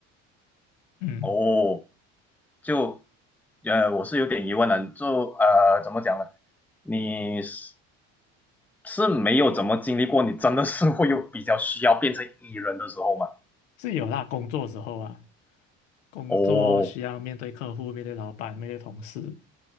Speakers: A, on the left; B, in the centre.
A: 嗯，
B: 哦。就呃，我是有点疑问的，就呃，怎么讲呢？你是是没有怎么经历过，你真的是会有比较需要变成 E 人的时候吗？
A: 是有啦，工作的时候啊，工作需要面对客户、
B: 哦，
A: 面对老板、面对同事，